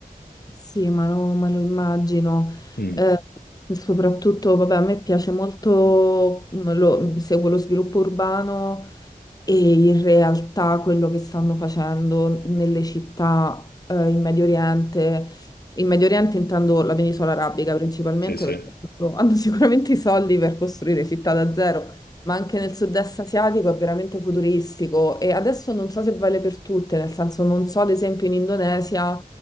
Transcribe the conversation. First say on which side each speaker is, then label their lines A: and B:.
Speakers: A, on the left (about 25°); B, on the left (about 75°).
A: Sì, ma lo, ma lo immagino. Mm.
B: eh. Mm,
A: Eh, soprattutto, vabbè, a me piace molto, mm, lo- seguo lo sviluppo urbano e in realtà quello che stanno facendo nelle città, eh, in Medio Oriente. In Medio Oriente intendo la penisola arabica principalmente
B: sì, sì.
A: perché loro hanno <laughs> sicuramente i soldi per costruire città da zero. Ma anche nel sud-est asiatico è veramente futuristico e adesso non so se vale per tutte, nel senso non so ad esempio in Indonesia